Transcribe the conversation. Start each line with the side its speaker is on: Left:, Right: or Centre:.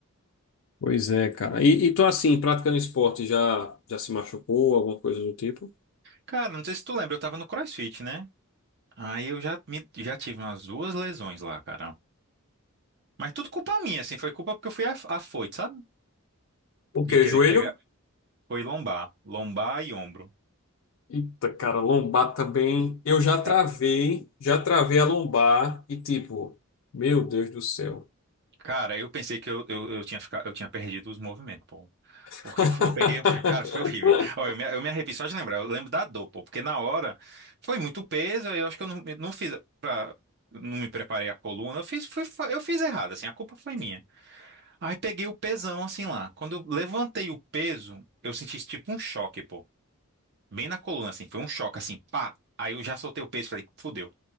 Left: Pois é, cara. E, e tu, assim, praticando esporte, já, já se machucou, alguma coisa do tipo?
Right: Cara, não sei se tu lembra, eu tava no CrossFit, né? Aí eu já, me- já tive umas duas lesões lá, cara. Mas tudo culpa minha, assim, foi culpa porque eu fui af- afoito, sabe?
Left: O
Right: De
Left: quê?
Right: querer
Left: Joelho?
Right: pegar. Foi lombar, lombar e ombro.
Left: Eita, cara, lombar também. Eu já travei,
Right: Ca-
Left: já travei a lombar e, tipo, meu Deus do céu.
Right: Cara, eu pensei que eu, eu, eu tinha ficado, eu tinha perdido os movimentos, pô.
Left: <laughs>
Right: Porque eu, fui- eu peguei, <laughs> cara, foi horrível. Ó, eu me, eu me arrepio só de lembrar, eu lembro da dor, pô, porque na hora foi muito peso, aí eu acho que eu não, não fiz pra, não me preparei a coluna, eu fiz, fui, fa- eu fiz errado, assim, a culpa foi minha. Aí peguei o pesão, assim, lá. Quando eu levantei o peso, eu senti tipo um choque, pô, bem na coluna, assim, foi um choque, assim, pá. Aí eu já soltei o peso, e falei, fudeu.